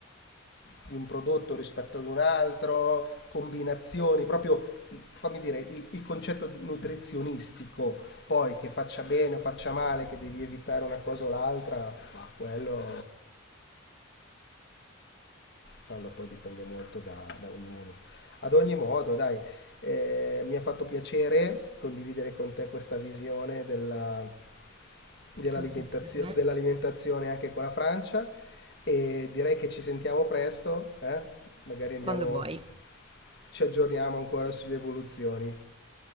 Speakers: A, on the left (about 55°); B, on the right (about 25°).
A: di un prodotto rispetto ad un altro, combinazioni, proprio fammi dire il, il concetto nutrizionistico, poi che faccia bene o faccia male, che devi evitare una cosa o l'altra, ma quello, quello poi dipende molto da, da ognuno. Ad ogni modo, dai, eh, mi ha fatto piacere condividere con te questa visione della, dell'alimentazio-
B: Lo stesso per me.
A: dell'alimentazione anche con la Francia e direi che ci sentiamo presto, eh? magari andiamo
B: Quando vuoi.
A: ci aggiorniamo ancora sulle evoluzioni.